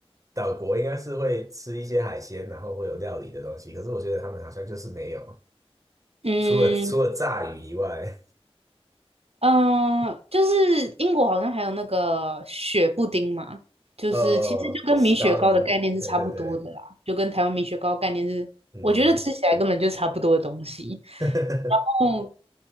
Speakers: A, on the right; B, on the right.
A: 岛国应该是会吃一些海鲜，然后会有料理的东西。可是我觉得他们好像就是没有，
B: 嗯，
A: 除了除了炸鱼以外。
B: 嗯，就是英国好像还有那个雪布丁嘛，就是其实就跟米雪糕的概念是差不多的啦，
A: 呃，Starling，对对对，
B: 就跟台湾米雪糕概念是，
A: 嗯
B: 我觉得吃起来根本就差不多的东西。
A: <laughs>
B: 哦，